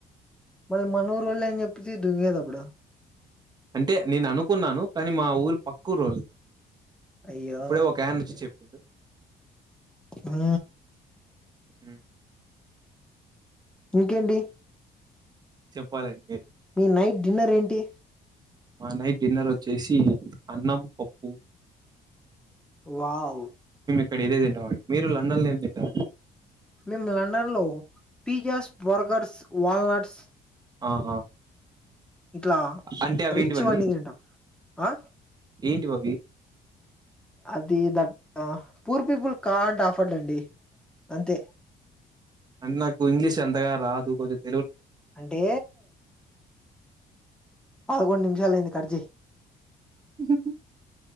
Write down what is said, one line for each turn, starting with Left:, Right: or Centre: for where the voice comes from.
Centre: మళ్ళీ మన ఊరోల్లే అని చెప్పితివి దుగేటప్పుడు
Right: అంటే నేను అనుకున్నాను కానీ మా ఊరి పక్కురోళు
Centre: అయ్యో
Right: ఇప్పుడే ఒక ఆయన వచ్చి చెప్పిండు
Centre: ఆ
Right: ఉ
Centre: ఇంకేంటి
Right: చెప్పాలండి మీరు
Centre: మీ నైట్ డిన్నర్ ఏంటి
Right: మా నైట్ డిన్నర్ వచ్చేసి అన్నం పప్పు
Centre: వావ్
Right: ఇక్కడ ఇదే తింటామండి మీరు లండన్ లో ఏమి తింటారండి
Centre: మేము లండన్ లో పిజ్జాస్, బర్గర్స్, వాల్నట్స్
Right: ఆహా
Centre: ఇట్లా
Right: అంటే అవేంటివండి?
Centre: రిచ్ వన్నీ తింటాం ఆ
Right: ఏంటివి అవి
Centre: అది దట్ హ పూర్ పీపుల్ కాంట్ ఆఫర్డ్ అండి అంతే
Right: అంటే నాకు ఇంగ్లీష్ ఎంతగా రాదు కొంది
Centre: అంటే పదకొండు నిమిషాలు అయింది కచ్చేయ్
Right: <unintelligible>